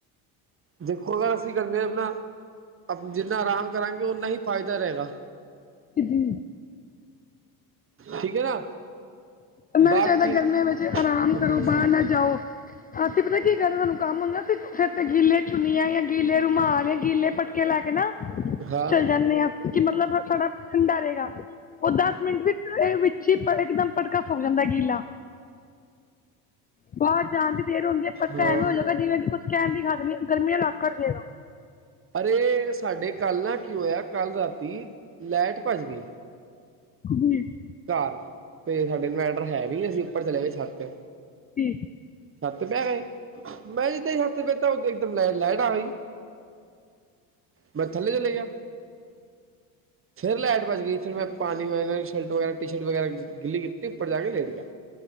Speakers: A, on the right; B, on the left.
A: ਦੇਖੋਗਾ। ਕਰਦੇ ਆਪਣਾ, ਜਿੰਨਾ ਆਰਾਮ ਕਰਾਂਗੇ, ਉਨਾ ਹੀ ਫ਼ਾਇਦਾ ਰਹੇਗਾ।
B: ਜੀ।
A: ਠੀਕ ਹੈ ਨਾ।
B: ਇਨਾ
A: ਬਾਕੀ
B: ਵੀ ਚਾਹੀਦਾ, ਗਰਮੀਆਂ ਵਿੱਚ ਆਰਾਮ
A: ਹਮ
B: ਕਰੋ, ਬਾਹਰ ਨਾ ਜਾਓ। ਅਸੀਂ ਪਤਾ ਕੀ ਕਰਦੇ? ਤੁਹਾਨੂੰ ਕੰਮ ਹੁੰਦਾ, ਫਿਰ ਤੇ ਗਿੱਲੇ ਚੁੰਨੀਆਂ, ਜਾਂ ਗਿੱਲੇ ਰੁਮਾਲ, ਜਾਂ ਗਿੱਲੇ ਪਟਕੇ ਲੈ ਕੇ ਨਾ
A: ਹਾਂ
B: ਚੱਲ ਜਾਂਦੇ ਹਾਂ। ਕਿ ਮਤਲਬ, ਸਾਡਾ ਠੰਡਾ ਰਹੇਗਾ ਉਹ ਦਸ ਮਿੰਟ ਵਿੱਚ ਹੀ ਇੱਕਦਮ। ਪਟਕਾ ਸੁਕ ਜਾਂਦਾ ਗੀਲਾ, ਬਾਹਰ ਜਾਣ ਦੀ ਸਿਰ ਹੁੰਦੇ ਪਟਕਾ
A: ਹਾਂ
B: ਐਵੇਂ ਹੋ ਜਾਦਾ, ਜਿਵੇਂ ਕਿ ਕੁਝ ਕਹਿਣ ਦੀ ਹਦ ਨੀ ਗਰਮੀਆਂ ਅਕੜ ਜਿਆ।
A: ਅਰੇ ਸਾਡੇ ਕੱਲ੍ਹ ਨਾ ਕੀ ਹੋਇਆ, ਕੱਲ੍ਹ ਰਾਤੀ ਲਾਈਟ ਭੱਜ ਗਈ।
B: ਗਰਮੀ ਚ।
A: ਘਰ ਤੇ ਸਾਡੇ ਇਨਵਰਟਰ ਹੈ ਨੀ, ਅਸੀਂ ਉੱਪਰ ਚਲੇ ਗਏ, ਛੱਤ ਤੇ।
B: ਤੇ
A: ਛੱਤ ਉੱਤੇ, ਮੈਂ ਜਦੋਂ ਛੱਤ ਬੈਠਾ ਉਹਦਾ ਲਾਈਟ ਆ ਗਈ। ਮੈਂ ਥੱਲੇ ਲਈ ਗਿਆ। ਫਿਰ ਲਾਈਟ ਭਜ ਗਈ ਫਿਰ ਮੈਂ ਪਾਣੀ ਨਾਲ ਸ਼ਰਟ, ਟੀ-ਸ਼ਰਟ ਵਗੈਰਾ ਗਿੱਲੀ ਕੀਤੀ, ਉੱਪਰ ਜਾ ਕੇ ਲੇਟ ਗਿਆ।